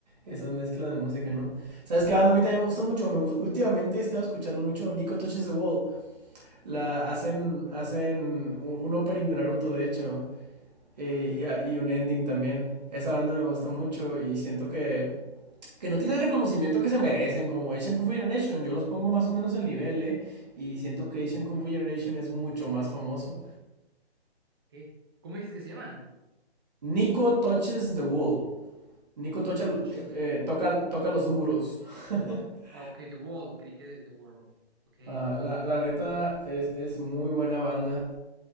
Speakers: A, on the right; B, on the right.
A: esas mezclas de música, ¿no? ¿Sabes qué banda a mí también me gusta mucho? Me gus- últimamente he estado escuchando mucho Nico Touches the Wall. La hacen, hacen un, un opening de Naruto, de hecho, eh,
B: ok.
A: y, a- y un ending también. Esa banda me gusta mucho y siento que, que no tiene el reconocimiento que se merecen, como Asian Kung Fu Generation. Yo los pongo más o menos al nivel, ¿eh? Y siento que Asian Kung Fu Generation es mucho más famoso.
B: ok. ¿Cómo dices que se llaman?
A: Nico touches the wall. Nico
B: Nico
A: tocha,
B: Touches the
A: eh,
B: World.
A: toca, toca los muros. <laughs>
B: Ah, Ok, The Wall, creí que de The World. Ok.
A: Ajá, la, la neta es, es muy buena banda